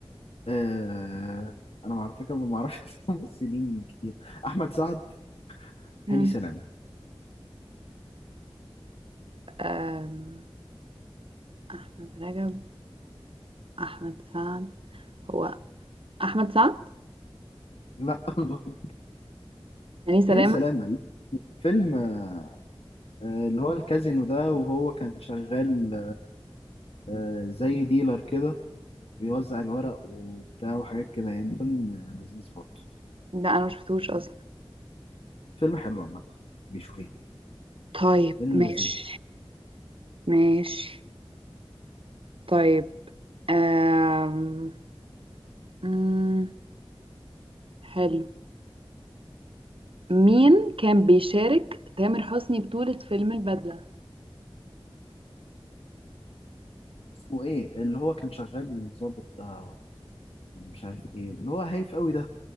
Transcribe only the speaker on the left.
آه انا على فكرة ما بعرفش <laughs> اسامي ممثلين كتير احمد سعد
هاني سلامة
لا <laughs>
هاني سلامة فيلم آه، اللي هو الكازينو ده وهو كان شغال آه، زي ديلر كده بيوزع الورق وبتاع وحاجات كده يعني فيلم آه، لذيذ برضه
فيلم حلو عامة بيشوفيه
فيلم
لذيذ
اسمه ايه اللي هو كان شغال ضابط ده مش عارف ايه اللي هو هايف قوي ده